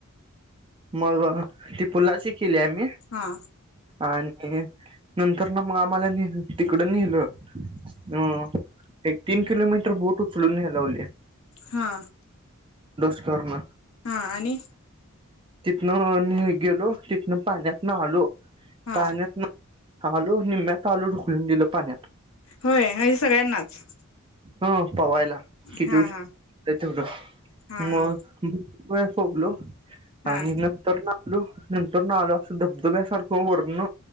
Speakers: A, on the right; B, on the left.
A: मग ती पूलाची केली आम्ही.
B: हा.
A: आणखीन नंतर न आम्हाला ने तिकड नेलं अह एक तीन किलोमीटर बोट उचलून न्यायला लावली.
B: हा.
A: स्टोअरनं
B: हां आणि
A: तिथनं गेलो तिथनं पाण्यात अलो
B: हा
A: पाण्यातन आलो निम्म्यातं आलो ढुकलून दिलं पाण्यात
B: होय हे सगळ्यांनाच
A: हा पवायला किती
B: हा
A: उशिर
B: हा
A: होतंय तेवढं
B: हा
A: मग
B: हा
A: <inaudible>
B: हा
A: आणि नंतर ना लो नंतर ना आलो असं धबधब्यासारखं वरन